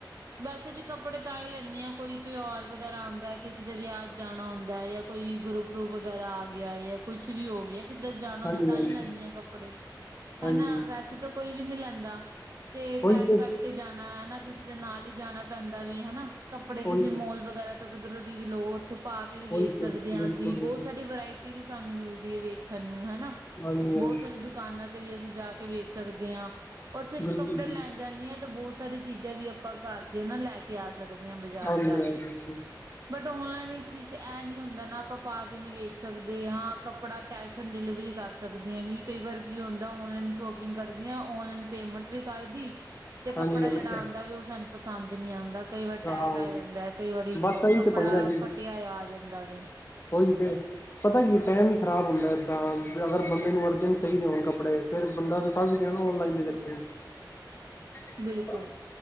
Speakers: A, on the right; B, on the left.
A: ਵੈਸੇ ਵੀ ਕੱਪੜੇ ਤਾਂ ਹੀ ਲੈਂਨੇ ਹਾਂ ਕੋਈ ਤਿਉਹਾਰ ਵਗੈਰਾ ਆਂਦੈ ਕਿਸੇ ਦੇ ਵਿਆਹ ਜਾਣਾ ਹੁੰਦੈ ਜਾਂ। ਕੋਈ ਗੁਰ ਵਗੈਰਾ ਆ ਗਿਆ ਯਾ ਕੁੱਛ ਵੀ ਹੋ ਗਿਆ। ਕਿੱਧਰ ਜਾਣਾ
B: ਹਾਂਜੀ
A: ਹੁੰਦਾ ਤਾਂ
B: ਹਾਂਜੀ
A: ਹੀ ਲੈਂਨੀ ਆਂ ਕੱਪੜੇ
B: ਹਾਂਜੀ
A: ਹਨਾ ਵੈਸੇ ਤਾਂ ਕੋਈ ਵੀ ਨਹੀਂ ਲੈਂਦਾ ਤੇ
B: ਉਹੀ
A: ਟਾਈਮ
B: ਤੇ
A: ਕੱਢ ਕੇ ਜਾਣਾ ਹਨਾ ਕਿਸੇ ਦੇ ਨਾਲ ਹੀ ਜਾਣਾ ਪੈਂਦਾ ਵੇ ਹਨਾ ਕੱਪੜੇ
B: ਉਹੀ
A: ਕਿਸੇ
B: ਤੇ
A: ਮੋਲ ਵਗੈਰਾ ਤੋਂ ਕਿਧਰੋਂ ਦੀ ਵੀ ਲੋਓ ਉੱਥੇ ਪਾ ਕੇ ਵੀ ਵੇਖ
B: ਉਹੀ
A: ਸਕਦੇ
B: ਤੇ
A: ਹਾਂ
B: ਬਿਲਕੁਲ
A: ਅਸੀਂ
B: ਬਿਲਕੁਲ
A: ਬਹੁਤ ਸਾਰੀ ਵਰਾਇਟੀ ਟੀ ਵੀ ਸਾਨੂੰ ਮਿਲਦੀ ਏ ਵੇਖਣ ਨੂੰ ਹਨਾ
B: ਹਾਂਜੀ ਹਾਂਜੀ
A: ਬਹੁਤ ਸਾਰੀ ਦੁਕਾਨਾਂ ਤੇ ਵੀ ਅਸੀਂ ਜਾ ਕੇ ਕੇ ਵੇਖ ਸਕਦੇ ਹਾਂ ਔਰ ਸਿਰਫ
B: ਬਿਲਕੁਲ
A: ਕੱਪੜੇ
B: ਜੀ
A: ਲੈਣ ਜਾਂਦੀ ਹਾਂ ਤਾਂ ਬਹੁਤ ਸਾਰੀ ਚੀਜ਼ਾਂ ਵੀ ਆਪਾਂ ਘਰ ਦੀਆਂ ਨਾ ਲੈ ਕੇ ਆ ਸਕਦੇ ਹਾਂ ਬਾਜ਼ਾਰ
B: ਹਾਂਜੀ
A: ਜਾ
B: ਹਾਂਜੀ
A: ਕੇ
B: <unintelligible>
A: ਬਟ ਓਨਲਾਈਨ ਚੀਜ਼ ਚ ਇਹ ਨੀ ਹੁੰਦਾ ਨਾ ਆਪਾਂ ਪਾ ਕੇ ਨਹੀਂ ਵੇਖ ਸਕਦੇ ਹਾਂ ਕੱਪੜਾ ਕੈਸ਼ ਡਿਲੀਵਰੀ ਕਰ ਸਕਦੇ ਆਂ ਕਿਉਂਕਿ ਕਈ ਵਾਰ ਕੀ ਹੁੰਦੈ ਔਨਲਾਈਨ ਸ਼ੋਪਿੰਗ ਕਰਦੇ ਆਂ ਔਨਲਾਈਨ ਪੇਮੈਂਟ ਵੀ ਕਰਦੀ ਤੇ ਕੱਪੜਾ
B: ਹਾਂਜੀ ਹਾਂਜੀ
A: ਜਿਹੜਾ ਆਂਦੈ ਵੀ ਉਹ ਸਾਨੂੰ ਪਸੰਦ ਨਹੀਂ ਆਂਦਾ ਕਈ ਵਾਰੀ
B: ਹਾਂ
A: ਟੈਟ ਆ ਜਾਂਦੈ ਕਈ ਵਾਰੀ
B: ਬਸ ਇਹੀ
A: ਕੱਪੜਾ
B: ਤੇ ਪੰਗਾ ਜੀ
A: ਫੱਟ ਟਿਆ ਆ ਜਾਂਦਾ ਵੇ
B: ਉਹੀ ਤੇ ਪਤਾ ਕੀ ਟਾਈਮ ਹੀ ਖ਼ਰਾਬ ਹੁੰਦੈ ਇੱਦਾਂ ਅਗਰ ਬੰਦੇ ਨੂੰ ਅਰਜਨਟ ਚਾਹੀਦੇ ਹੋਣ ਕੱਪੜੇ ਫੇਰ ਬੰਦਾ ਤੇ ਫਸ ਗਿਆ ਨਾ ਔਨਲਾਈਨ ਦੇ ਵਿੱਚੇ ਈ
A: ਬਿਲਕੁਲ